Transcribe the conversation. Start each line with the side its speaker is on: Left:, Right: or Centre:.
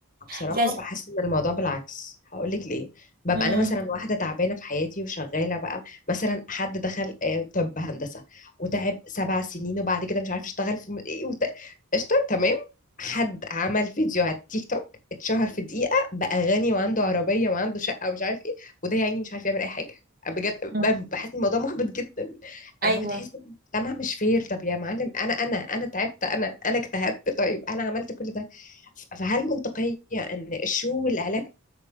Left: بصراحة
Right: يعني
Left: بحس إن الموضوع بالعكس هقولك ليه ببقى
Right: مم.
Left: أنا مثلا واحدة تعبانة في حياتي وشغالة بقى مثلا حد دخل آه، طب هندسة وتعب سبع سنين وبعد كده مش عارف يشتغل في م- إيه وت... قشطة تمام حد عمل فيديو على التيك توك اتشهر في دقيقة بقى غني وعنده عربية وعنده شقة ومش عارف إيه وده يا عيني مش عارف يعمل أي حاجة بجد ب-
Right: مم.
Left: بحس إن الموضوع محبط جدا
Right: ايوه
Left: اللي هو تحس إن المجتمع مش فير طب يا معلم أنا أنا أنا تعبت أنا أنا اجتهدت طيب أنا عملت كل ده فهل منطقية إن الشو والإعلام